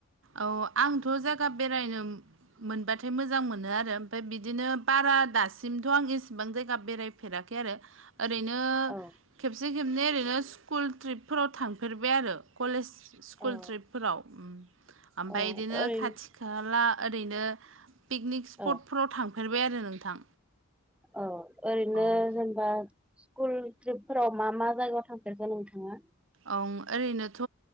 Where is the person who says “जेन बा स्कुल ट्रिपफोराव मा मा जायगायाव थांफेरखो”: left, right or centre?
Centre